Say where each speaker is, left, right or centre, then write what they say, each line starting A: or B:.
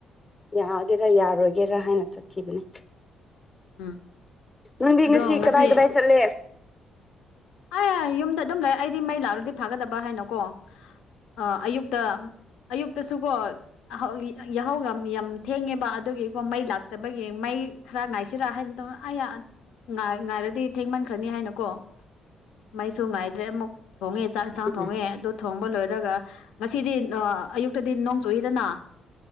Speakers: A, on the left (about 20°); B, on the left (about 85°).
A: ꯌꯥꯒꯦꯔꯥ ꯌꯥꯔꯣꯏꯒꯦꯔꯥ ꯍꯥꯏꯅ ꯆꯠꯈꯤꯕꯅꯤ
B: ꯎꯝ
A: ꯅꯪꯗꯤ
B: ꯑꯗꯣ ꯉꯁꯤ
A: ꯀꯗꯥꯏ ꯀꯗꯥꯏ ꯆꯠꯂꯦ
B: ꯑ ꯌꯨꯝꯗ ꯑꯗꯨꯝ ꯂꯩ ꯑꯩꯗꯤ ꯃꯩ ꯂꯥꯛꯂꯗꯤ ꯐꯥꯒꯗꯕ ꯍꯥꯏꯅꯀꯣ ꯑꯥ ꯑꯌꯨꯛꯇ ꯑꯌꯨꯛꯇꯁꯨꯨꯀꯣ <unintelligible> ꯌꯥꯍꯧ ꯌꯥꯝ ꯌꯥꯝ ꯊꯦꯡꯉꯦꯕ ꯑꯗꯨꯒꯤꯀꯣ ꯃꯩ ꯂꯥꯛꯇꯕꯒꯤ ꯃꯩ ꯈꯔ ꯉꯥꯏꯁꯤꯔꯥ ꯍꯥꯏꯅ ꯇꯧ ꯑꯌꯥ ꯉꯥꯏ ꯉꯥꯏꯔꯗꯤ ꯊꯦꯡꯃꯟꯈ꯭ꯔꯅꯤ ꯍꯥꯏꯅꯀꯣ ꯃꯩꯁꯨ ꯉꯥꯏꯗ꯭ꯔꯦ ꯑꯃꯨꯛ ꯊꯣꯡꯉꯦ ꯆꯥꯛ ꯑꯦꯟꯁꯥꯡ
A: ꯎꯝ
B: ꯊꯣꯡꯉꯦ ꯑꯗꯨ ꯊꯣꯡꯕ ꯂꯣꯏꯔꯒ ꯉꯁꯤꯗꯤ ꯑꯥ ꯑꯌꯨꯛꯇꯗꯤ ꯅꯣꯡ ꯆꯨꯏꯗꯅ